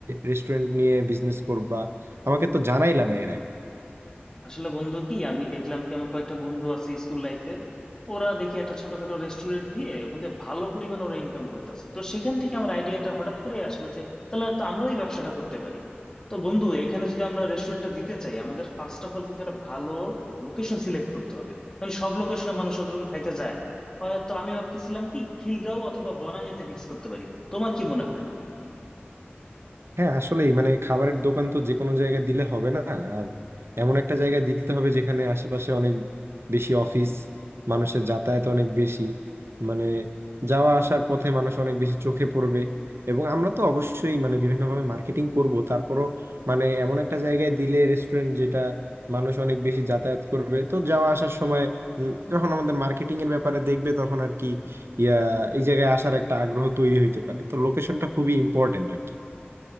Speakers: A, on the right; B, on the left.
A: রেস্টুরেন্ট নিয়ে বিজনেস করবা আমাকে তো জানাইলা না এর আগে
B: আসলে বন্ধু কি আমি দেখলাম কি আমার কয়েকটা বন্ধু আছে স্কুল লাইফের ওরা দেখি একটা ছোটখাটো রেস্টুরেন্ট দিয়ে ওখান থেকে ভালো পরিমাণে ওরা ইনকাম করতেছে তো সেখান থেকে আমার আইডিয়াটা হঠাৎ করে আসলো যে তাহলে তো আমরাও এই ব্যবসাটা করতে পারি তো বন্ধু এখানে যদি আমরা রেস্টুরেন্টটা দিতে চাই আমাদের ফার্স্ট অফ অল কিন্তু একটা ভালো লোকেশন সিলেক্ট করতে হবে কারণ সব লোকেশনে মানুষ অতরকম খাইতে যায় না হয়তো আমি ভাবতেছিলাম কি খিলগাঁও অথবা বনানীতে ফিক্স করতে পারি তোমার কি মনে হয়
A: হ্যাঁ আসলেই মানে খাবারের দোকান তো যে কোনো জায়গায় দিলে হবে না আর এমন একটা জায়গায় দিতে হবে যেখানে আশেপাশে অনেক বেশি অফিস মানুষের যাতায়াত অনেক বেশি মানে যাওয়া আসার পথে মানুষ অনেক বেশি চোখে পড়বে এবং আমরা তো অবশ্যই মানে বিভিন্নভাবে মার্কেটিং করব তারপরও মানে এমন একটা জায়গায় দিলে রেস্টুরেন্ট যেটা মানুষ অনেক বেশি যাতায়াত করবে তো যাওয়া আসার সময় উম, যখন আমাদের মার্কেটিং এর ব্যাপারে দেখবে তখন আর কি ইয়া এই জায়গায় আসার একটা আগ্রহ তৈরি হইতে পারে তো লোকেশনটা খুবই ইম্পর্টেন্ট আর কি।